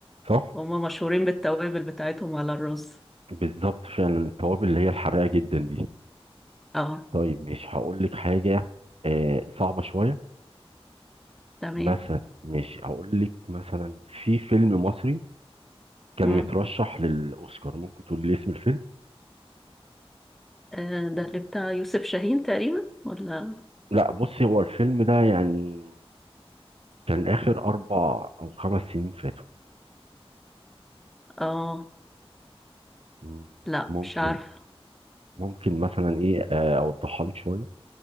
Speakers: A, on the right (about 70°); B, in the centre.
A: صح
B: هما مشهورين بالتوابل بتاعتهم على الرز
A: بالظبط فعلا التوابل اللي هي الحراقه جدا دي
B: اه
A: طيب مش هقول لك حاجه آه صعبه شويه
B: تمام
A: مثلا مش هقول لك مثلا في فيلم مصري كان
B: امم
A: مترشح للاوسكار ممكن تقول لي اسم الفيلم
B: آه ده اللي بتاع يوسف شاهين تقريبا ولا
A: لا بصي هو الفيلم ده يعني كان اخر اربع او خمس سنين فاتوا
B: اه
A: مم.
B: لا
A: ممكن
B: مش عارفه
A: ممكن مثلا ايه آه، اوضحها لك شويه